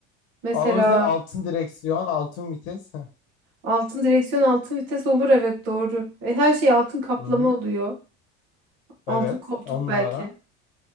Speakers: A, on the right; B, on the left.
A: Mesela
B: Aa, o yüzden altın direksiyon, altın vites. Hı
A: altın direksiyon, altın vites olur evet doğru. E, her şey altın kaplama
B: hı. hı.
A: oluyor. Altın
B: Evet
A: koltuk
B: on
A: belki.
B: numara.